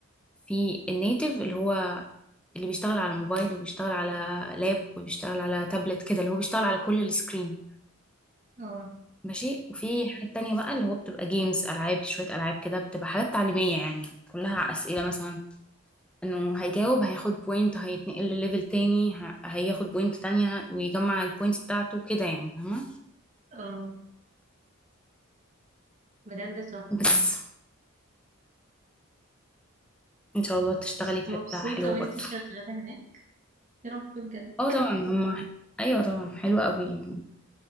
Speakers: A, in the centre; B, on the right (about 35°).
A: في النيتف اللي هو اللي بيشتغل على موبايل وبيشتغل على لاب وبيشتغل على تابلت كده اللي هو بيشتغل على كل السكرين
B: اه
A: ماشي وفي حاجات تانية بقى اللي هو بتبقى جيمز ألعاب شوية ألعاب كده بتبقى حاجات تعليمية يعني كلها أسئلة مثلا إنه هيجاوب هياخد بوينت هيتنقل لليفل تاني ه- هياخد بوينت تانية ويجمع البوينتس بتاعته كده يعني فاهمة
B: اه بجد تحفة
A: بس إن شاء الله تشتغلي
B: مبس-
A: في
B: مبسوطة
A: حتة حلوة
B: وانتي
A: برضه
B: شغالة هناك يا رب بجد
A: اه طبعا هما أيوة طبعا حلوة أوي يعني